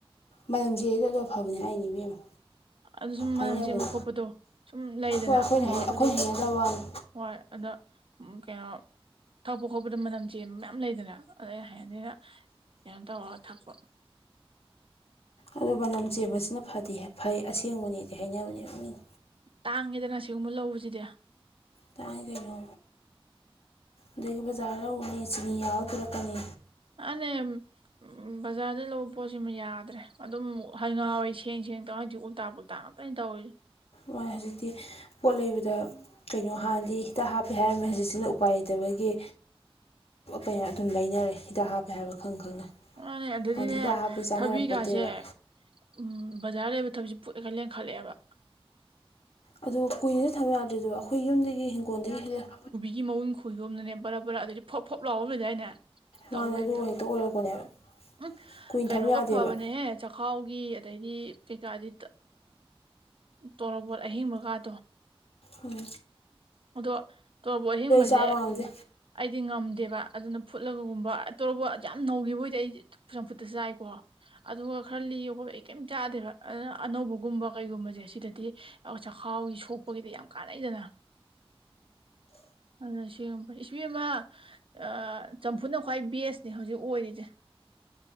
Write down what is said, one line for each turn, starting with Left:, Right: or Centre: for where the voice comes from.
Left: ꯃꯅꯝ ꯆꯦꯟꯕꯗꯣ ꯑꯗꯨ ꯑꯐꯕꯅꯦ ꯍꯥꯏꯅꯦ ꯏꯕꯦꯝꯃ
Right: ꯑꯗꯨ ꯁꯨꯝ ꯃꯅꯝ
Left: ꯍꯥꯏꯅꯕꯅꯦ
Right: ꯆꯦꯟꯕ ꯈꯣꯠꯄꯗꯣ ꯁꯨꯝ ꯂꯩꯗꯅ
Left: ꯍꯣꯏ ꯑꯩꯈꯣꯏꯅ
Right: ꯑꯩꯈꯣꯏ ꯃꯍꯣꯏꯕꯨꯗꯤ
Left: ꯑꯩꯈꯣꯏꯅ ꯍꯩꯅꯗꯕ ꯋꯥꯅꯤ
Right: ꯍꯣꯏ ꯑꯗꯣ ꯎꯝ ꯀꯩꯅꯣ ꯊꯛꯄ ꯈꯣꯠꯄꯗ ꯃꯅꯝ ꯆꯦꯟꯕ ꯃꯌꯥꯝ ꯂꯩꯗꯅ ꯑꯗ ꯑꯩꯅ ꯍꯩꯅꯗꯦꯅ ꯀꯩꯅꯣ ꯇꯧꯔꯒ ꯊꯛꯄ
Left: ꯑꯗꯨ ꯃꯅꯝ ꯆꯦꯟꯕꯁꯤꯅ ꯐꯗꯤ ꯐꯩ ꯑꯁꯦꯡꯕꯅꯦꯗꯤ ꯍꯥꯏꯅꯕꯅꯦꯕ ꯃꯤꯅ
Right: ꯇꯥꯡꯉꯦꯗꯅ ꯁꯤꯒꯨꯝꯕ ꯂꯧꯕꯖꯤꯗꯤ
Left: ꯇꯥꯡꯉꯦ ꯀꯩꯅꯣ ꯑꯗꯒꯤ ꯕꯖꯥꯔꯗ ꯎꯅꯤ ꯆꯤꯅꯤ ꯌꯥꯎꯔ ꯄꯤꯔꯛꯀꯅꯤ
Right: ꯃꯥꯅꯦꯝ ꯎꯝ ꯕꯖꯥꯔꯗꯩ ꯂꯧꯕ ꯄꯣꯠꯁꯤꯃꯥ ꯌꯥꯗ꯭ꯔꯦ ꯑꯗꯨꯝ ꯍꯥꯏ ꯉꯥꯍꯟꯋꯥꯏ ꯁꯦꯡ ꯁꯦꯡ ꯇꯧꯋꯤ ꯍꯧꯖꯤꯛ ꯎꯜꯇꯥ ꯄꯨꯜꯇꯥꯥ ꯉꯥꯛ ꯑꯩ ꯇꯧꯔꯤ ꯖꯤ
Left: ꯍꯣꯏ ꯍꯧꯖꯤꯛꯇꯤ ꯄꯣꯠ ꯂꯩꯕꯗ ꯀꯩꯅꯣ ꯍꯥꯟꯗꯤ ꯍꯤꯗꯥꯛ ꯍꯥꯞꯄꯦ ꯍꯥꯏꯔꯝꯃꯦ ꯍꯧꯖꯤꯛꯁꯤꯅ ꯎꯄꯥꯏ ꯂꯩꯇꯕꯒꯤ ꯀꯩꯅꯣ ꯑꯗꯨꯝ ꯂꯩꯅꯔꯦ ꯍꯤꯗꯥꯛ ꯍꯥꯞꯄꯦ ꯍꯥꯏꯕ ꯈꯪ ꯈꯪꯅ
Right: ꯃꯥꯅꯦ ꯑꯗꯨꯗꯤꯅꯦ
Left: ꯍꯥꯟꯅꯗꯤ ꯍꯤꯗꯥꯛ ꯍꯥꯞꯄꯦ ꯆꯥꯅꯔꯝꯄꯣꯟꯇꯦꯕ
Right: ꯊꯕꯤꯒꯥꯁꯦ ꯎꯝ ꯕꯖꯥꯔ ꯂꯩꯕ ꯊꯕꯤꯁꯤ ꯄꯨꯛ ꯍꯦꯛꯇ ꯂꯦꯡꯈꯜꯂꯦꯕ
Left: ꯑꯗꯨ ꯀꯨꯏꯅꯖꯨ ꯊꯝꯕ ꯌꯥꯗ꯭ꯔꯤꯗꯣ ꯑꯩꯈꯣꯏ ꯌꯨꯝꯗꯒꯤ ꯍꯤꯡꯒꯣꯜꯗꯒꯤ ꯍꯜꯂꯛ
Right: ꯒꯤ ꯃꯎꯟ ꯈꯣꯏꯌꯣꯝꯅꯅꯦ ꯕꯔꯥ ꯕꯔꯥ ꯑꯗꯩꯗꯤ ꯐꯣꯠ ꯐꯣꯠ ꯂꯥꯎꯕꯝ ꯂꯩꯗꯥꯏꯅꯦ ꯇꯧꯋꯦ
Left: ꯃꯥꯅꯦ ꯑꯗꯨ
Right: ꯍꯦꯛꯇꯥ
Left: ꯍꯦꯛꯇ ꯑꯣꯏꯔꯛꯄꯅꯦꯕ
Right: ꯎꯝ
Left: ꯀꯨꯏꯅ
Right: ꯀꯩꯅꯣꯒ
Left: ꯊꯝ ꯌꯥꯗꯦꯕ
Right: ꯐꯕꯅꯦꯍꯦ ꯆꯈꯥꯎꯒꯤ ꯑꯗꯩꯗꯤ ꯀꯩꯀꯥꯗꯤ ꯇꯣꯔꯣꯕꯣꯠ ꯑꯍꯤꯡꯕꯒꯥꯥꯗꯣ
Left: ꯍꯝ
Right: ꯑꯗꯣ ꯇꯣꯔꯕꯣꯛ ꯑꯍꯤꯡꯕꯖꯦ
Left: ꯆꯥꯕ ꯉꯝꯗꯦ
Right: ꯑꯩꯗꯤ ꯉꯝꯗꯦꯕ ꯑꯗꯨꯅ ꯐꯨꯠꯂꯒꯒꯨꯝꯕ ꯇꯣꯔꯣꯕꯣꯠ ꯌꯥꯝ ꯅꯧꯒꯤꯕꯑꯣꯏꯗꯤ ꯑꯩ ꯆꯝꯐꯨꯠꯇ ꯆꯥꯏꯀꯣ ꯑꯗꯨꯒ ꯈꯔ ꯂꯤꯕ ꯈꯣꯠꯄ ꯑꯩ ꯀꯩꯝ ꯆꯥꯗꯦꯕ ꯑꯗꯨꯅ ꯑꯅꯧꯕꯒꯨꯝꯕ ꯀꯩꯒꯨꯝꯕꯖꯦ ꯁꯤꯗꯗꯤ ꯆꯈꯥꯎꯒꯤ ꯁꯣꯛꯄꯒꯤꯗꯤ ꯌꯥꯝ ꯀꯥꯟꯅꯩꯗꯅ ꯑꯗꯨꯅ ꯁꯦꯝ ꯐꯩ ꯏꯁ ꯏꯕꯦꯝꯃꯥ ꯑꯥ ꯆꯝꯐꯨꯅ ꯈ꯭ꯋꯥꯏ ꯕꯦꯁꯅꯦ ꯍꯧꯖꯤꯛ ꯑꯣꯏꯔꯤꯁꯦ